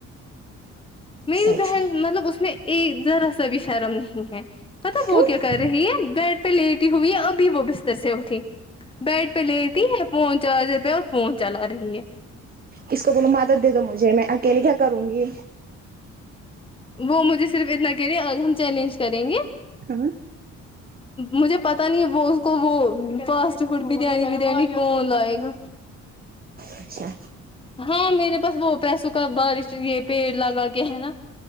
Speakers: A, on the left; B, on the right.
A: میری
B: سچ
A: بہن
B: ہے
A: مطلب اس میں ایک ذرا سا بھی شرم نہیں ہے پتہ
B: کیوں
A: وہ کیا کہہ رہی ہے بیڈ پہ لیٹی ہوئی ہے ابھی وہ بستر سے اٹھی بیڈ پہ لیٹی ہوںی ہے فون چارجر پہ ہے اور فون چلا رہی ہے
B: اس کو بولو مادت دے دو مجھے میں اکیلے کیا کروں گی
A: وہ مجھے صرف اتنا کہہ رہی ہے اب ہم چیلنج کریں گے
B: ہاں
A: مجھے پتہ نہیں وہ اس کو وہ فاسٹ فوڈ بریانی وریانی کون لائے گا
B: اچھا
A: ہاں میرے پاس وہ پیسوں کا بارش یہ پیڑ لگا کے ہے نا